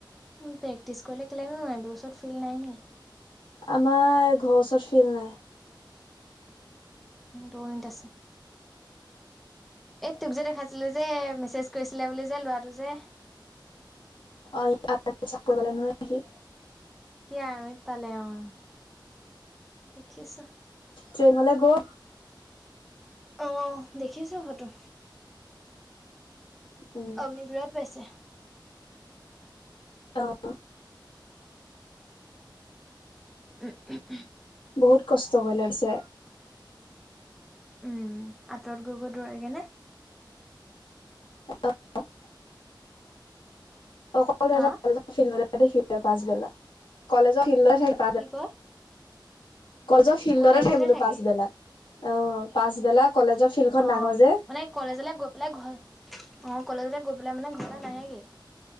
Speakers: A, in the centre; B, on the left.
A: উম প্ৰেক্টিছ কৰিলে কেলে নো নোৱাইবি ওচৰত ফিল নাই নি।
B: আমাৰ ঘ ওচৰত ফিল্ড নাই।
A: দোৰণিত আছে এই তোক যে দেখাইছিলো যে মেছেজ কৈছিলে বুলি যে লৰাটো যে,
B: <unintelligible>
A: সি আৰমিত পালে, অ'! দেখিছ?
B: ট্ৰেইনলে গ'
A: অ'! দেখিছোঁ ফটো।
B: উম!
A: <unintelligible> পাইছে।
B: অ' অ'!
A: উম, ওহোঁ!
B: বহুত কষ্ট কৰি, লৈছে!
A: উম, আঁতৰত গৈ-গৈ দৌৰেগে নে?
B: <unintelligible> সকলো, হেঁতৰ
A: হা
B: কলেজৰ ফিল্ডতে দেখিবি পাছবেলা। কলেজৰ ফিল্ড থা
A: কি কয়?
B: কলেজৰ ফিল্ডতে
A: কলেজতে
B: থাকিব
A: থাকে
B: পাছবেলা, অ'! পাছবেলা কলেজৰ ফিল্ডখন
A: অ'!
B: ডাঙৰ যে
A: মানে, কলেজলে গৈ পেলাই ঘৰ, অ'! কলেজলে গৈ পেলাই মানে, ঘৰলৈ নাহেগে?